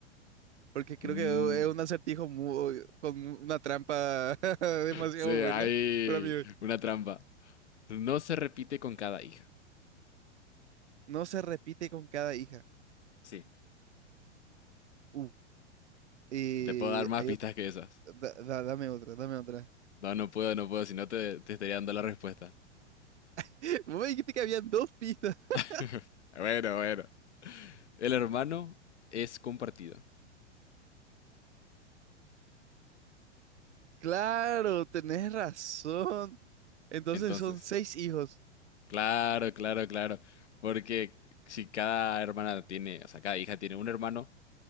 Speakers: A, on the right (about 75°); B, on the left (about 75°).
A: porque creo
B: Mm,
A: que es un acertijo muy- con una trampa <laughs> demasiado
B: sí,
A: buena
B: hay
A: para mí.
B: una trampa. No se repite con cada hija.
A: No se repite con cada hija.
B: Sí.
A: Uh, eh,
B: Te puedo dar más
A: hay
B: pistas
A: otra.
B: que esas.
A: da- da- dame otra, dame otra.
B: No, no puedo, no puedo, si no te, te estaría dando la respuesta.
A: <laughs> Vos me dijiste que habían dos pistas. <laughs>
B: <laughs> Bueno, bueno. El hermano es compartido.
A: Claro, tenés razón. Entonces
B: Entonces,
A: son seis hijos.
B: claro, claro, claro. Porque si cada hermana tiene, o sea, cada hija tiene un hermano,